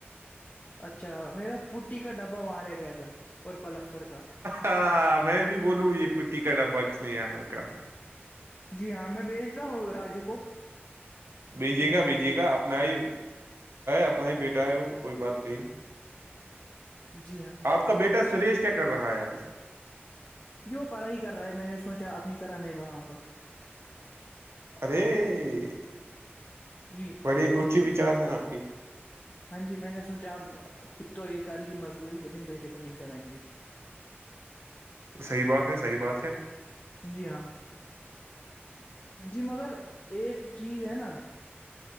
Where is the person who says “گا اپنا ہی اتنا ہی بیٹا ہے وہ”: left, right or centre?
Right